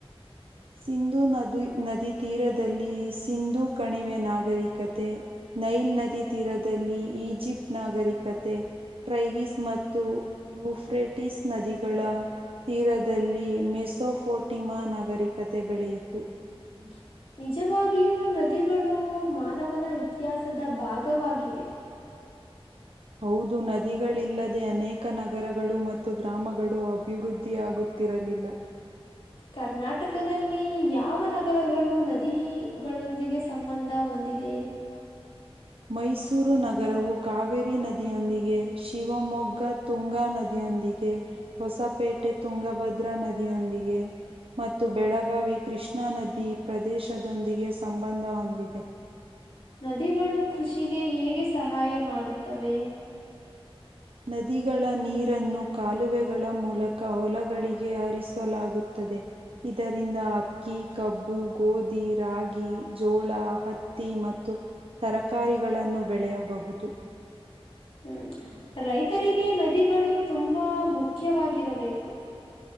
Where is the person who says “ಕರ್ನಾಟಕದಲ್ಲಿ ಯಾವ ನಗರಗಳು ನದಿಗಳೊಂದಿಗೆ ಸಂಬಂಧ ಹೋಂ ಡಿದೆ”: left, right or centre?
Left